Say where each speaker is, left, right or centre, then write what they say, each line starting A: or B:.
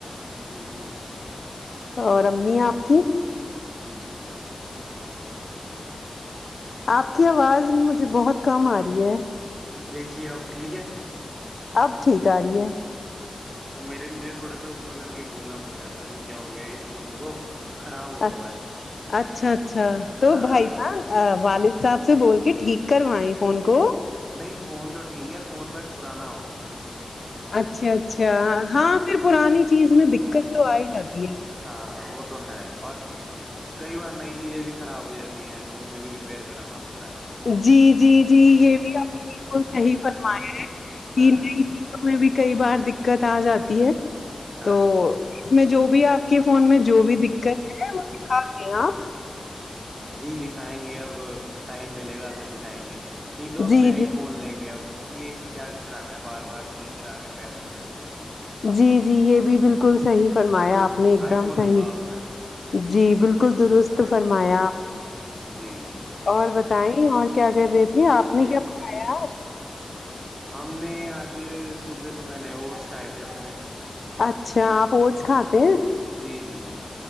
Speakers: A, on the right (about 25°); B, on the left (about 65°).
A: جی ٹھیک ہے
B: اور امی آپ کی
A: جی جی بہت بہت اچھے ہیں
B: آپ کی آواز مجھے بہت کم آ رہی ہے
A: دیکھیے آب ٹھیک ہے
B: اب ٹھیک آ رہی ہے
A: وہ میرے مجھے تھوڑا سا اوپر کر کے بولنا پڑتا ہے پت نہیں کیا ہو گیا ہے اس فون کو خراب ہوا
B: اچ
A: ہوا ہے
B: اچھا اچھا تو
A: ہاں
B: بھائی جان والد صاحب سے بول کے ٹھیک کروائیں فون کو
A: نہیں فون تو ٹھیک ہے فون بٹ پرانا ہو گیا ہے یہ
B: اچھا اچھا ہاں پھر پرانی چیز میں دقت تو آ ہی جاتی ہے
A: ہاں وہ تو ہے اور کئی بار نئی چیزیں بھی خراب ہو جاتی ہیں تو انہیں بھی ریپیئر کرانا پڑتا ہے
B: جی جی جی یہ بھی آپ نے بالکل صحی فرمایا ہے کہ
A: ہاں
B: نہیں بھی کئی بار دقت آ جاتی ہے
A: ہاں
B: تو میں جو بھی آپ کے فون میں جو بھی دقت ہے وہ دکھا رہے ہیں آپ
A: جی دکھائیں گے اب ٹائم ملے گا تو دکھائیں گے نہیں تو اب
B: جی
A: میں ہی
B: جی
A: فون لیں گے اب یہ اسے کیا چلانا ہے بار بار ٹھیک کرا کے پیسے ہی خرچ ہے
B: جی جی یہ بھی بالکل صحیح فرمایا
A: ہ
B: آپ نے ایک
A: آئی
B: دم
A: فون
B: صحیح
A: لوں گا اب میں
B: جی بالکل درست فرمایا
A: جی
B: اور بتائیں اور کیا کر رہی تھے آپ نے کیا پڑھایا
A: ہم نے آج صبح تو میں نے اوٹس کھائے تھے اپنے
B: اچھا آپ اوٹس
A: جی
B: کھاتے ہیں
A: جی جی